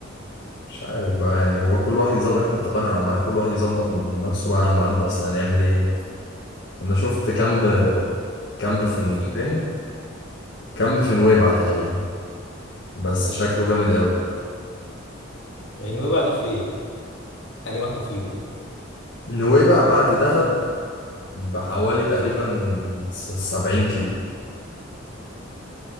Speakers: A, on the left; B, on the left.
A: مش عارف بقى يعني هو كل واحد يظبط احنا اتفقنا على ميعاد كل واحد يظبط من نفسه بقى على الميعاد ده أصلا هنعمل إيه يعني أنا شفت كامب
B: ما هو
A: كامب في
B: هو مفيش
A: فين
B: يعني
A: كامب في نويبع تقريبا بس شكله جامد أوي
B: يعني ويبقى دي فين يعني واحده فيهم
A: نويبع بعد دهب بحوالي تقريبا سبعين كيلو